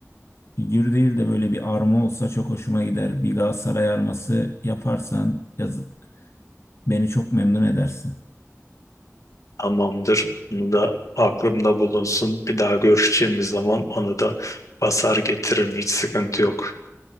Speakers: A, on the left (about 55°); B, on the left (about 80°).
A: Figür değil de böyle bir arma olsa çok hoşuma gider. Bir Galatasaray arması yaparsan yaz beni çok memnun edersin.
B: Tamamdır bunu da aklımda bulunsun bir daha görüşeceğimiz zaman onu da basar getiririm hiç sıkıntı yok.